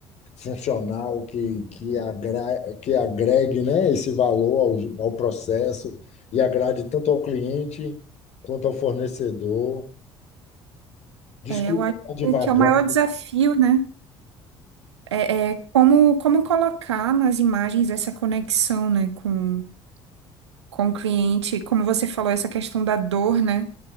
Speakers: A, on the left; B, on the right.
A: funcional que, que, agra, que agregue, né, esse valor ao, ao processo e agrade tanto ao cliente quanto ao fornecedor. Desculpa,
B: É, eu acho
A: estar divagando,
B: que é o maior desafio, né? é, é como, como colocar nas imagens essa conexão, né, com, com o cliente, como você falou, essa questão da dor, né?